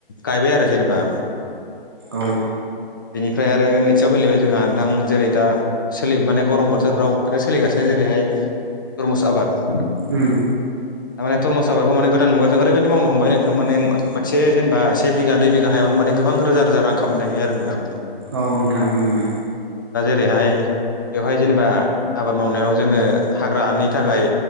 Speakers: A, on the left (about 20°); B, on the right (about 25°).
A: गायबाय आरो जेनेबा
B: औ
A: बेनिफ्राय आरो नैथियाव फैलायबाय जोंहा नोंथां जेरै दा सोलि माने गरम बोथोराव बिराद सोलिगासिनो। जेरैहाय टरमुस आबाद
B: उम
A: थार माने टरमुस आबादखौ माने गोदान मुगाजों ओरैबायदि मावनो हमबाय नोंथां माने मोनसे जेनेबा से बिघा नै बिघा हायाव माने गोबां रोजा रोजा रां खामाय हायो आरो नोंथां
B: औ नोंथां उम
A: ओरैहाय बेवहाय जेनेबा आबाद मावनायाव जोङो हाग्राानि थाखाय